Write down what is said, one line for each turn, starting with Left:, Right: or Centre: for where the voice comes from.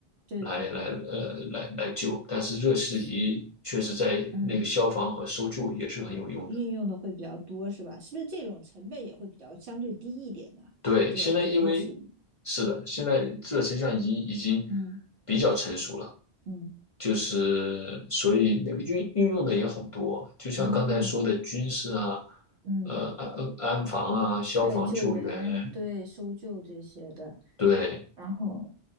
Right: 对对
Left: 来来呃来来救，但是热释仪确实在那个消防和搜救也是很有用的。
Right: 是，嗯呃，运用的会比较多是吧？是不是这种成本也会比较相对低一点呢？
Left: 对，
Right: 就夜夜市，
Left: 现在因为是的，现在这个成像仪已经
Right: 嗯
Left: 比较成熟了，
Right: 嗯
Left: 就是所以那个运运用的也很多，就像刚才说的军事啊，
Right: 哦嗯，
Left: 呃安安安防啊，消防救援，
Right: 对救援对搜救这些的，
Left: 对，
Right: 然后